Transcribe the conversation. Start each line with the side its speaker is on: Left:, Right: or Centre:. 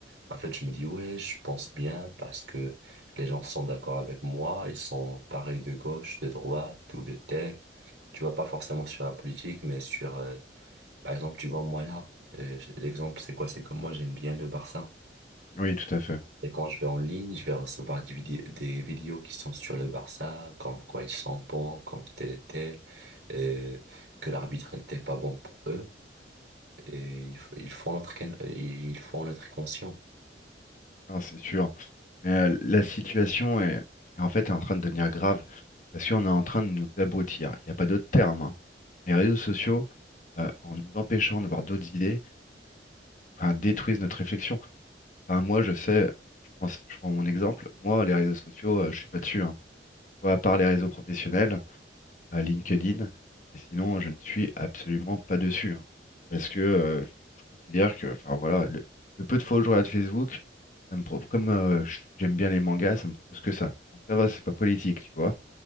Right: en fait, je me dis, ouais, je pense bien parce que les gens sont d'accord avec moi, ils sont pareils de gauche, de droite ou de tel. Tu vois, pas forcément sur la politique, mais sur, euh, par exemple, tu vois, moi là, euh, j'ai- l'exemple, c'est quoi? C'est que moi, j'aime bien le Barça.
Left: oui, tout à fait.
Right: Et quand je vais en ligne, je vais recevoir des, vidi- des vidéos qui sont sur le Barça, comme quoi ils sont bons, comme tel était, euh, que l'arbitre n'était pas bon pour eux. Et ils, f- ils font notre, quin- euh, ils font notre conscient.
Left: Non, c'est sûr. Mais euh, la situation est, est en fait en train de devenir grave parce qu'on est en train de nous abrutir. Il n'y a pas d'autre terme. hein. Les réseaux sociaux, euh, en nous empêchant de voir d'autres idées, enfin, détruisent notre réflexion. Enfin, moi, je sais, je prends, je prends mon exemple. Moi, les réseaux sociaux, euh, je suis pas dessus. hein. Tu vois, À part les réseaux professionnels, à LinkedIn. Et sinon, je ne suis absolument pas dessus. hein. parce que euh, je je considère que, enfin voilà, le, le peu de fois où je regarde Facebook, ça me pro- comme euh, je- j'aime bien les mangas, ça me propose que ça. Donc ça va, c'est pas politique, tu vois